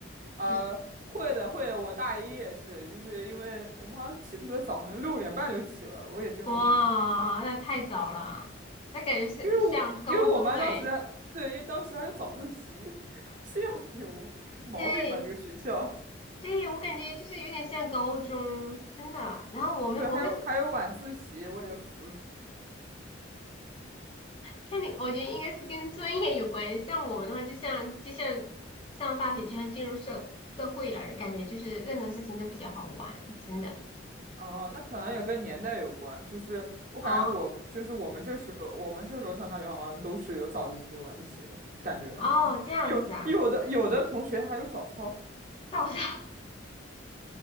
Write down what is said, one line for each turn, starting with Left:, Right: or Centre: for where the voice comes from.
Right: 啊、
Left: 就是
Right: 会的，会的，我大一也是，就是因为我们好像起得特别早，好像六点半就起了，我也真无语。
Left: 哇，那太早了，那感觉像像高中哎。
Right: 因为我因为我们班当时还对，因为当时还有早自习，<laughs> 我心想有毛病吧这个学校。
Left: 对对，我感觉就是有点像高中，真的。然后我们我们
Right: 对，还有还有晚自习，
Left: <laughs>
Right: 我也服了。
Left: 看你，我觉得应该是跟专业有关系。像我们的话，就像就像上大学，就像进入社社会了，感觉就是任何事情都比较好玩，真的。
Right: 哦，那可能也跟年代有关，就是我感觉我就是我们这时候，
Left: 哦
Right: 我们这时候上大学好像都是有早自习、晚自习，感觉
Left: 哦，
Right: <laughs>
Left: 这样子啊。
Right: 有有的有的同学还有早操，
Left: 早上 <laughs>